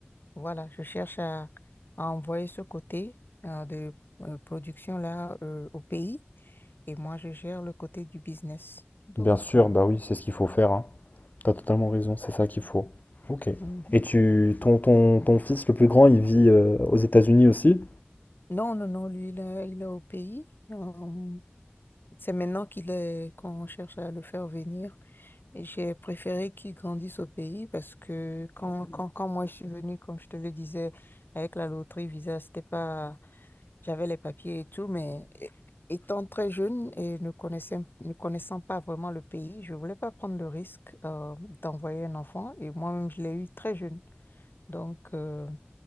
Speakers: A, on the left (about 60°); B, on the left (about 45°).
A: Voilà, je cherche à, à envoyer ce côté euh, de euh, production là euh, au pays et moi je gère le côté du business. Donc
B: Bien sûr,
A: euh,
B: bah oui, c'est ce qu'il faut faire, hein. T'as totalement raison, c'est ça qu'il faut. Ok.
A: mhm.
B: Et tu, ton, ton, ton fils le plus grand, il vit euh, aux États-Unis aussi?
A: non non non lui il est, il est au pays. Euh, c'est maintenant qu'il est qu'on cherche à le faire venir et j'ai préféré qu'il grandisse au pays parce que quand quand quand moi je suis venue comme je te le disais avec la loterie Visa c'était pas J'avais les papiers et tout, mais é- étant très jeune et ne connaissant, ne connaissant pas vraiment le pays, je voulais pas prendre le risque euh, d'envoyer un enfant. Et moi-même, je l'ai eu très jeune. Donc, euh,